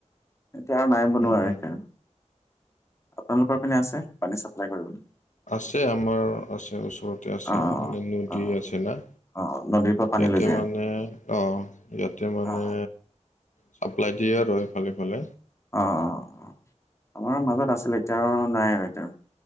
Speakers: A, on the left; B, on the left.
A: এতিয়া আৰু নাই বনোৱা
B: উম
A: আৰু
B: উম
A: এতিয়া, আপোনালোকৰ পিনে আছে পানী চাপ্লাই কৰিবলৈ?
B: আছে আমাৰ আছে, ওচৰতে আছে,
A: অ
B: মানে নদী
A: অ অ
B: আছে না।
A: অ নদীৰ পৰা পানী
B: ইয়াতে
A: লৈ যায়
B: মানে অ', ইয়াতে মানে
A: অ
B: চাপ্লাই দিয়ে আৰু, এইফালে সেইফালে।
A: অ', অ', আমাৰ মাজত আছিল, এতিয়া আৰু নাই আৰু এতিয়া।